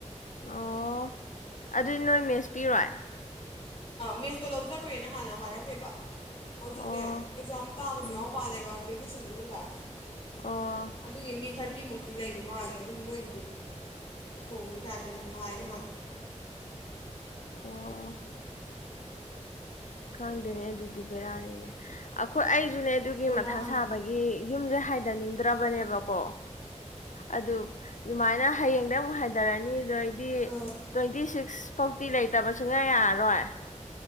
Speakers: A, on the left (about 85°); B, on the left (about 50°).
A: ꯑꯣ ꯑꯗꯨꯗꯤ ꯅꯣꯏ ꯃꯦꯁ ꯄꯤꯔꯣꯏ
B: ꯃꯦꯁꯇꯣ ꯂꯧꯖꯔꯨꯦꯅ ꯍꯥꯟꯅ ꯍꯥꯏꯔꯝꯃꯦꯕ ꯍꯧꯖꯤꯛꯅꯦ
A: ꯑꯣ
B: ꯑꯦꯛꯖꯥꯝ ꯇꯥꯕꯁꯨ
A: ꯎꯝ
B: ꯌꯥꯎ ꯃꯥꯜꯂꯦꯕ ꯖꯟꯗ ꯍꯕ
A: ꯑꯣ
B: ꯑꯗꯨꯒꯤ ꯃꯤ ꯊꯥꯔꯇꯤ ꯤꯃꯨꯛꯇꯤ ꯂꯩꯕ ꯃꯥꯜꯂꯦ ꯑꯗꯨ ꯃꯣꯏꯒꯤꯗꯤ ꯊꯣꯡꯉ ꯇꯥꯟꯗꯗꯤ ꯍꯥꯏꯐꯦꯠ ꯍꯥꯏꯌꯦ ꯅꯍꯥꯟ
A: ꯑꯣ ꯈꯪꯗꯣꯏꯅꯦ ꯑꯗꯨꯗꯤ ꯕꯦꯔꯥꯅꯤꯅꯦ ꯑꯩꯈꯣꯏ ꯑꯩꯁꯨ ꯨꯅꯦ ꯑꯗꯨꯒꯤ
B: ꯕꯦꯔꯥ
A: ꯃꯊꯥ ꯁꯥꯕꯒꯤ ꯌꯨꯝꯁꯦ ꯍꯥꯏ ꯅꯅꯤ ꯏꯗ꯭ꯔꯥꯕꯅꯤꯕꯣ ꯑꯗꯨ ꯑꯗꯨꯃꯥꯏꯅ ꯍꯌꯦꯡꯗ ꯑꯃꯨꯛ ꯍꯥꯏꯊꯔꯅꯤ ꯗꯤ
B: ꯑ
A: ꯇ꯭ꯋꯦꯟꯇꯤ ꯁꯤꯁ ꯁꯤꯛꯁ ꯐꯣꯔꯇꯤ ꯂꯩꯇꯕꯁꯨꯨꯡꯌꯥ ꯌꯥꯔꯣꯏ